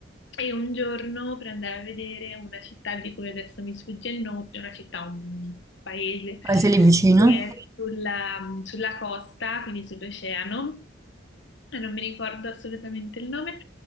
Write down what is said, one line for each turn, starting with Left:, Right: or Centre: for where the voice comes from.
Left: e un giorno per andare a vedere una città di cui adesso mi sfugge il nome, una città, un paese
Right: paese lì vicino?
Left: che è sulla sulla costa, quindi sull'oceano. Eh, Non mi ricordo assolutamente il nome,